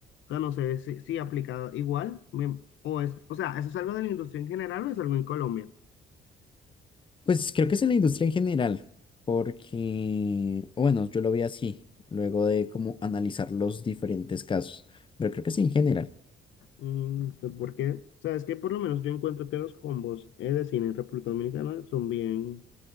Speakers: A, on the left; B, on the left.
A: o sea, no sé si, si aplicado igual, me- o es, o sea, ¿eso es algo de la industria en general o es algo en Colombia?
B: Pues creo que es en la industria en general, porque, o bueno, yo lo vi así, luego de como analizar los diferentes casos, pero creo que sí en general.
A: Mm, sé ¿Por Sabes que por lo menos yo encuentro que los combos eh, de cine en República Dominicana son bien,